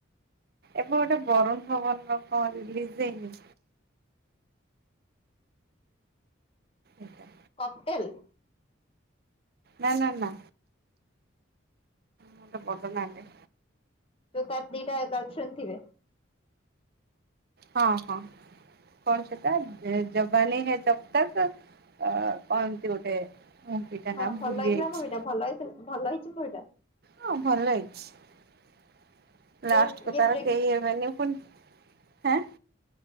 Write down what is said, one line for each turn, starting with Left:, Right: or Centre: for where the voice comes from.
Right: ଏବେ ଗୋଟେ ବରୁଣ ଭବନ ର କଣ ରିଲିଜି ହୋଇନି? ଏଟା
Left: କପଟେଲେ।
Right: ନା ନା ନା। ଗୋଟେ ବଡ଼ ନାଆଁଟେ।
Left: ତ ତାର ଦିଟା ଗାର୍ଲଫ୍ରେଣ୍ଡ ଥିବେ?
Right: ହଁ ହଁ। କଣ ସେଟା ଜବାନୀ ହେ ତବ ତକ ଙ୍କ ଏମିନ୍ତି ଗୋଟେ। ମୁଭିଟା
Left: ହଁ
Right: ନାଁ
Left: ଭଲ
Right: ଭୁଲି
Left: ହେଇଥିଲା
Right: ଯାଇଛି
Left: ମୁଭି ଟା ଭଲ ହେଇ ଭଲ ହେଇଛି ମୁଭିଟା।
Right: ହଁ ଭଲ ହେଇଛି
Left: ଇଏ
Right: ଲାଷ୍ଟ କୁ
Left: ଇଏ
Right: ତାର
Left: ପ୍ରେଗ୍
Right: କେହି ହେବେନି ବନି ହ୍ନା।